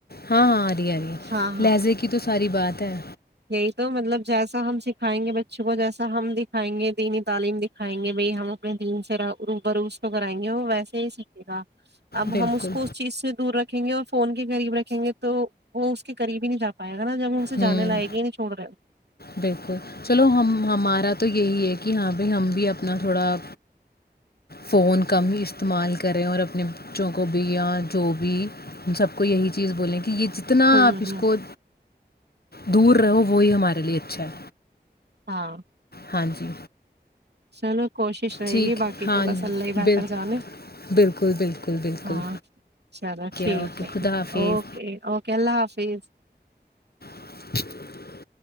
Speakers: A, on the left; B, on the right.
A: ہاں ہاں آ رہی ہے
B: ہاں ہاں
A: لہذے کی تو ساری بات ہے
B: یہی تو مطلب جیسا ہم سکھائیں گے بچوں کو جیسا ہم دکھائیں گے دینی تعلیم دکھائیں گے بھائی ہم اپنے دین سے بروس کو کرائیں گے وہ ویسے ہی سیکھے گا اب
A: بالکل
B: ہم اس کو اس چیز سے دور رکھیں گے اور فون کے قریب رکھیں گے تو وہ اس کے قریب ہی نہیں جا پایا گ نا جب ان سے جانے
A: ہوں
B: لائقے ہی نہیں چوڑ رہے ہو
A: بالکل چلو ہم ہمارا تو یہی ہے کہ ہاں بھائی ہم بھی اپنا تھوڑا فون کم استعمال کریں اور اپنے بچوں کو بھی یا جو بھی ان سب کو یہی چیز بولیں کہ یہ جتنا
B: ہاں
A: آپ اس
B: ہاں
A: کو دور رہو وہی ہمارے لیے ہے۔
B: ہاں
A: ہاں جی
B: سلو کوشش رہے
A: ٹھیک،
B: گی باقی
A: ہاں
B: تو بس اللہ ہی بہتر
A: بل
B: جانانے
A: بالکل، بالکل، بالکل،
B: ہاں چلو ٹھیک
A: اوکے،
B: ہے
A: خدا
B: ٹھیک ہے
A: حافظ۔
B: اوکے اوکے اللہ حافظ
A: <inaudible>